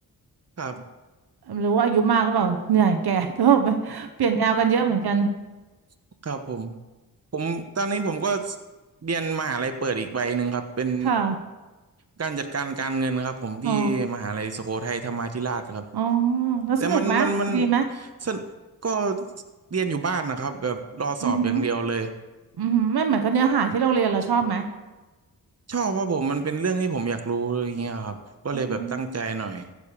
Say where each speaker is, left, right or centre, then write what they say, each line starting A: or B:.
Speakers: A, on the right; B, on the right.
A: ครับ
B: หรือว่าอายุมากก็แบบเหนื่อยแก่ <laughs> ก็แบบเปลี่ยนแนวกันเยอะเหมือนกัน
A: <laughs> ครับผม ผมตอนนี้ผมก็เรียนมหาลัยเปิดอีกใบหนึ่งครับเป็น
B: ค่ะ
A: การจัดการการเงินครับผมที่มหาลัยสุโขทัยธรรมาธิราชครับ
B: อ๋ออ๋อแล้วสนุกไหมดีไหม
A: แต่มันมันมันสนก็เรียนอยู่บ้านนะครับแบบรอสอบอย่างเดียวเลย
B: อือหืออือหือไม่เหมือนกับเนื้อหาที่เราเรียนเราชอบไหม
A: ชอบเพราะผมมันเป็นเรื่องที่ผมอยากรู้อะไรอย่างเงี้ยครับก็เลยแบบตั้งใจหน่อย
B: อ๋อ